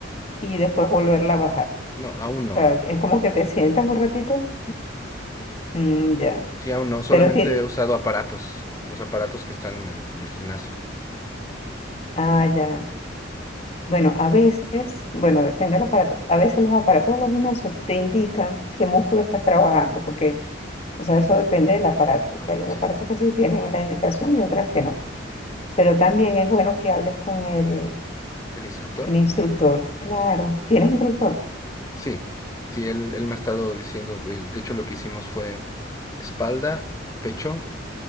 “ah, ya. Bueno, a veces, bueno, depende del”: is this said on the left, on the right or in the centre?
Left